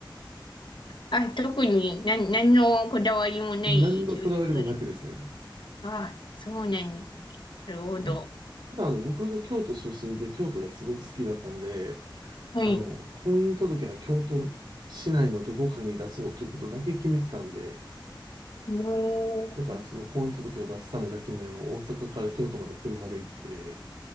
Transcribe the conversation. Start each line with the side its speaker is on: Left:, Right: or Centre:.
Left: あ、特に何、何のこだわりもない給食に。
Right: な。何のこだわりもなくですね。
Left: あ、そうなんですね。なるほど。
Right: あただ、あの、僕が京都出身で、京都がすごく好きだったんで、
Left: はい。
Right: あの、婚姻届は京都市内のどこかに出そうということだけ決めてたんで、
Left: おー、
Right: だから、その婚姻届を出すためだけに、あの、大阪から京都まで車で行って、